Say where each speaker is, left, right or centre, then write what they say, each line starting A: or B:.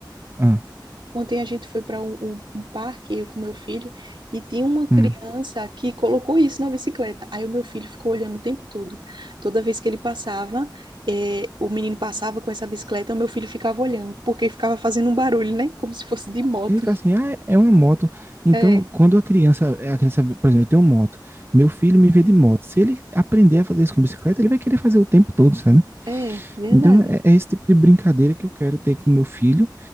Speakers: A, on the right; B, on the right.
A: ah,
B: Ontem a gente foi para um, um- um parque, eu com meu filho, e tinha uma criança
A: hum.
B: que colocou isso na bicicleta. Aí o meu filho ficou olhando o tempo todo. Toda vez que ele passava, eh, o menino passava com essa bicicleta, o meu filho ficava olhando, porque ficava fazendo um barulho, né? Como se fosse de moto.
A: Ele fala assim, ah, é uma moto. Então,
B: É,
A: quando a criança, a criança, por exemplo, eu tenho moto, meu filho me vê de moto. Se ele aprender a fazer isso com bicicleta, ele vai querer fazer o tempo todo, sabe?
B: é, verdade.
A: Então, é, é esse tipo de brincadeira que eu quero ter com meu filho.